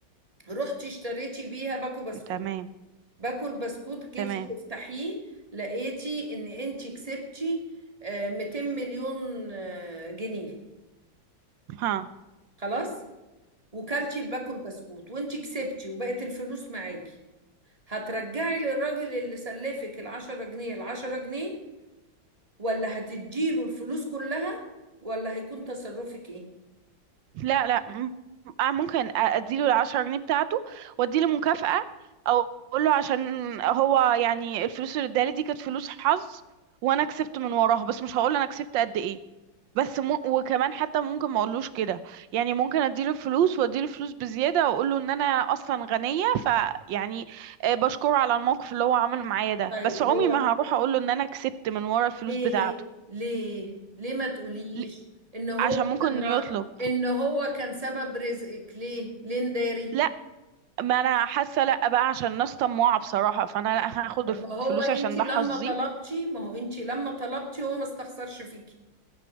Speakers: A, on the right; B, on the right.
A: رحتي اشتريتي بيها باكو بسكوت
B: تمام
A: باكو البسكوت جيتي
B: تمام
A: تفتحيه لقيتي ان انت كسبتي آه، 200 مليون آه، جنيه
B: ها
A: خلاص وكلتي باكو البسكوت وانت كسبتي وبقت الفلوس معاكي هترجعي للراجل اللي سلفك العشرة جنيه العشرة جنيه ولا هتديله الفلوس كلها ولا هيكون تصرفك ايه
B: لا لا م- آه ممكن اديله العشرة جنيه بتاعته واديله مكافأة او اقول له عشان هو يعني الفلوس اللي ادالي دي كانت فلوس حظ وانا كسبت من وراها بس مش هقول انا كسبت قد ايه بس م... وكمان حتى ممكن ما اقولوش كده يعني ممكن اديله فلوس واديله فلوس بزيادة واقول له ان انا اصلا غنية فيعني آه، بشكره على الموقف اللي هو عمله معايا ده
A: طيب
B: بس عمري
A: هو
B: ما هروح اقول له ان انا كسبت من ورا الفلوس
A: ليه
B: بتاعته
A: ليه ليه ما تقوليش
B: ل-
A: ان هو
B: عشان ممكن
A: كان
B: يطلب
A: را... ان هو كان سبب رزقك ليه ليه نداري
B: لا ما انا حاسه لا بقى عشان الناس طماعه بصراحه فانا لا هاخد
A: طب
B: الفلوس
A: ما هو انت
B: عشان
A: لما
B: ده حظي
A: طلبتي ما هو انت لما طلبتي هو ما استخسرش فيكي